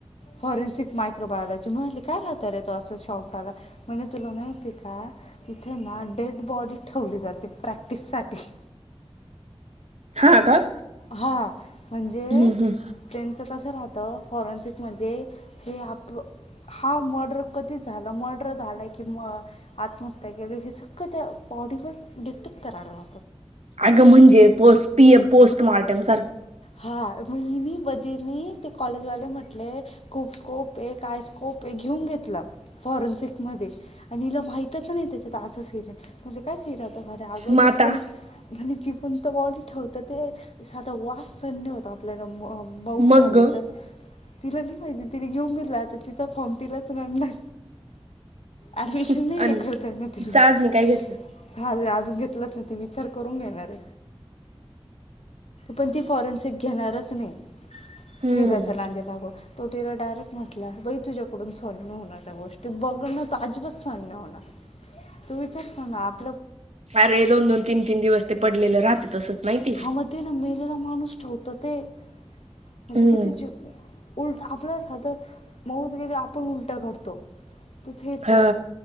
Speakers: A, on the left; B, on the right.
A: फॉरेनसिक. मायक्रोबायोलॉजी म्हणाली काय राहत रे तो असा शॉक झाला, म्हणे तुला माहिती आहे का? तिथे ना डेड बॉडी ठेवली जाते प्रॅक्टिससाठी.
B: हा का?
A: हा, म्हणजे.
B: हम्म हम्
A: त्यांचं कसं राहतं फॉरेन्सिकमध्ये, जे आप हा मर्डर कधी झालं मर्डर झालाय किंवा, आत्महत्या केली हे सगळं त्या बॉडीवर डिटेक्ट कराय ला
B: अगं म्हणजे पोस् पीए पोस्टमार्टम सारखं.
A: हा म हिनी बधीनी ते कॉलेजवाले म्हटले खूप स्कोप आहे काय स्कोप आहे घेऊन घेतला. फॉरेन्सिक मध्ये, आणि हिला माहितच नाही त्याच्यात असा सीनये. <unintelligible> काय शिरातो <unintelligible> अग
B: माता
A: जी पण आणि जी पन तो बॉडी ठेवताते साधा वास सहन होता आप ल्याला मऊत
B: मग्ग
A: झाली तर. तिला नाही माहिती तिने घेऊन गेतला आता तिचा फॉर्म तिलाच रडणार. ऍडमिशन
B: आणि
A: नाही हे खर त्यान <unintelligible>
B: साजनी काय घेतलं
A: साजरे अजून घेतलंच न ते विचार करून घेणार रे, पण ती फॉरेन्सिक घेणारच नाही,
B: हम्म
A: फिजाच्या नादी लागून. तो तीला डायरेक्ट म्हटला बई तुझ्याडून सॉल नाही होणार त्या गोष्टी. ते बघणं तर आजिबात सहन नाही होणार, तो विचार तो ना आप
B: अरे दोन दोन, तीन तीन दिवस ते पडलेलं राहतं तसंच माहितीय
A: हा मग ते ना मिलेला माणूस ठेवत ते म्हणजे
B: हम्म
A: किती उलट आपण स्वतः मऊज गेले आपण उलट करतो. तिथे
B: हा
A: तर